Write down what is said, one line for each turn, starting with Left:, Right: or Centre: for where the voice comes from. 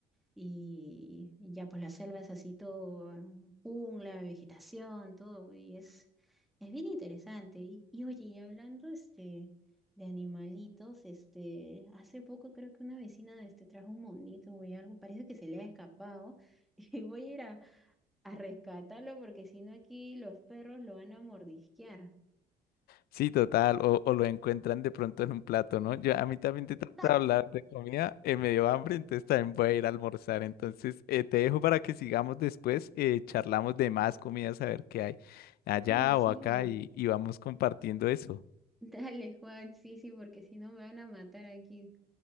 Centre: Y, y ya pues la selva es así todo, jungla, vegetación, todo, y es, es bien interesante. Y, y oye, y hablando este, de animalitos, este, hace poco creo que una vecina este, trajo un monito o algo, parece que se le ha escapado, <laughs> y voy a ir a, a rescatarlo porque si no aquí los perros lo van a mordisquear.
Left: Sí, total, o, o lo encuentran de pronto en un plato, ¿no? Yo a mí también te trata
Centre: ¡Ja!
Left: de hablar de comida, eh, me dio hambre, entonces también voy a ir a almorzar. Entonces, eh, te dejo para que sigamos después, eh, charlamos de más comidas, a ver qué hay allá
Centre: Oye, sí,
Left: o acá y, y vamos compartiendo eso.
Centre: <laughs> dale Juan, sí, sí, porque si no me van a matar aquí.